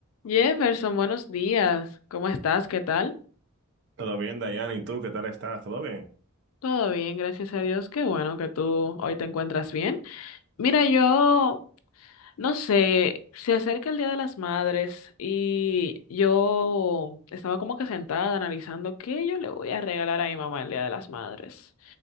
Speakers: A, on the left; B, on the right.
A: Jefferson, buenos días. ¿Cómo estás? ¿Qué tal?
B: Todo bien, Dayana, ¿y tú qué tal estás? ¿Todo bien?
A: Todo bien, gracias a Dios. Qué bueno que tú hoy te encuentras bien. Mira, yo no sé, se acerca el Día de las Madres y yo estaba como que sentada analizando qué yo le voy a regalar a mi mamá el Día de las Madres.